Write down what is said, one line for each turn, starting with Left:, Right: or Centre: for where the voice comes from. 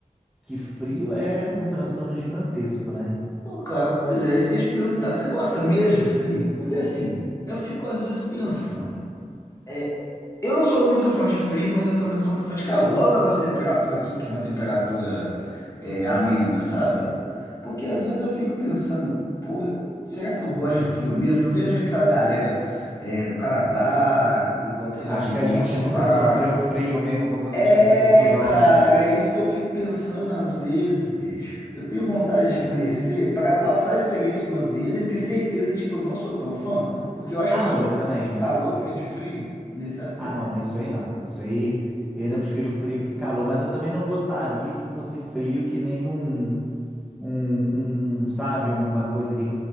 Centre: que frio é um transtorno gigantesco, né?
Left: Pô, cara, pois é, isso que eu ia te perguntar. Você gosta mesmo de frio? Porque assim, eu fico às vezes pensando. É, Eu não sou muito fã de frio, mas eu também não sou muito fã de calor. Eu gosto da nossa temperatura aqui, que é uma temperatura é, amena, sabe? Porque às vezes eu fico pensando, pô, será que eu gosto de frio mesmo? Eu vejo aquela galera é, no Canadá, igual aquele
Centre: Acho
Left: amigo
Centre: que a
Left: nosso
Centre: gente nunca
Left: lá.
Centre: sofreu frio mesmo para poder
Left: É,
Centre: tirar essa conclusão,
Left: cara,
Centre: né?
Left: é isso que eu fico pensando às vezes, bicho. Eu tenho vontade de conhecer para passar a experiência uma vez e ter certeza de que eu não sou tão fã, porque eu acho
Centre: Ah,
Left: que eu sou
Centre: não,
Left: mais
Centre: eu também.
Left: fã de calor do que de frio nesse aspecto.
Centre: Ah, não, não, isso aí não. Isso aí eu ainda prefiro frio que calor, mas eu também não gostaria que fosse frio que nem um, um, um, sabe, uma coisa ali